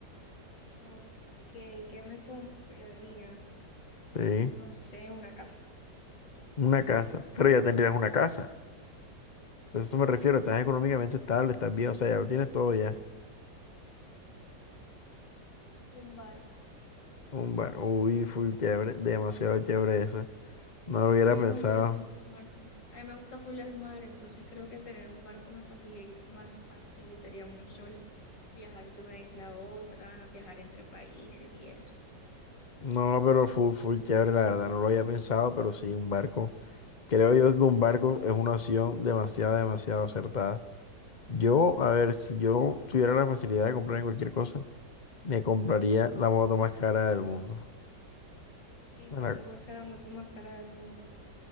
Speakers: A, on the left (about 90°); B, on the left (about 30°).
A: Ok, ¿qué me compraría?
B: Sí,
A: No sé, una casa,
B: una casa, pero ya tendrías una casa. Pues a eso me refiero, estás económicamente estable, estás bien, o sea, ya lo tienes todo ya.
A: un barco.
B: Un bar. Uy, full chévere. Demasiado chévere esa. No lo hubiera
A: Sí,
B: pensado.
A: me gustaría tener un barco. A mí me gusta full el mar, entonces creo que tener un barco me faciliri- me facilitaría mucho el viajar de una isla a otra, viajar entre países y eso.
B: No, pero full, full chévere, la verdad. No lo había pensado, pero sí, un barco. Creo yo que un barco es una opción demasiado, demasiado acertada. Yo, a ver, si yo tuviera la facilidad de comprarme cualquier cosa, me compraría
A: Ajá.
B: la moto más cara del mundo.
A: ¿Y
B: Me
A: cuánto
B: la-
A: cuesta la moto más cara del mundo?